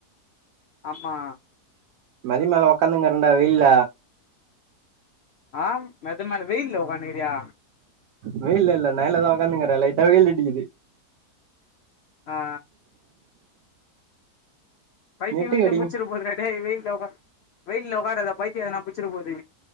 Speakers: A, on the left (about 85°); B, on the right (about 85°).
A: ஆமா
B: மதிமேல உக்காந்னுக்குறண்டா வெயில்ல
A: ஆம் மேத்த மேல வெயில்ல உக்காந்னுக்குரியா
B: வெளில இல்ல நெழ்லதா உக்காந்னுக்குறே லைட்டா வெயிலடிக்குது
A: ஆ பைத்தியு
B: நெட்டுக்கு
A: கீத்தியு
B: அடி
A: புச்சிற போதுடா டேய் வெயில்ல ஒகா வெயில்ல ஒகாரதா பைத்தியோ அதனா புச்சிற போது